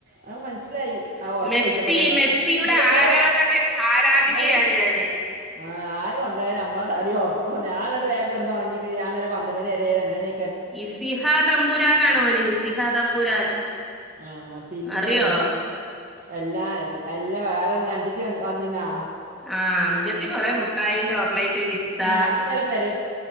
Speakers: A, on the right; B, in the centre.
A: അത് മനസ്സിലായി ആ ഒറക്ക
B: മെസ്സി
A: ഒഴിച്ചപ്പോ തന്നെ
B: മെസ്സിയുടെ
A: എന്നിട്ട് ഇന്ന
B: ആരാധക ആരാധികയാണ്
A: ഇന്നല്ലേ
B: ഞാന്
A: ആ ആരും ഒണ്ടായ നമ്മള തടി കൊറ ഓ ഞാനന്നിട്ട് നേരത്തേ കേടന്ന് ഒറങ്ങീട്ട് ഞാനിന്നലെ പന്ത്രണ്ട്ണിവരെ രണ്ട്മണി
B: ഇസിഹാ തമ്പുരാനാണു മോനേ ഇസിഹ തമ്പുരാൻ
A: ആഹ് പിന്നെ
B: അറിയോ
A: എല്ലാ എല്ലാ വേറെ നഞ്ചിത് വന്നിന്നാ
B: ആഹ് അഞ്ചത്തി കൊറെ മുട്ടായീം ചോക്ലേറ്റ് റ്റ് പിസ്താ
A: ആഹ് ഇജ്ജ് ഇന്നലെ പെരേ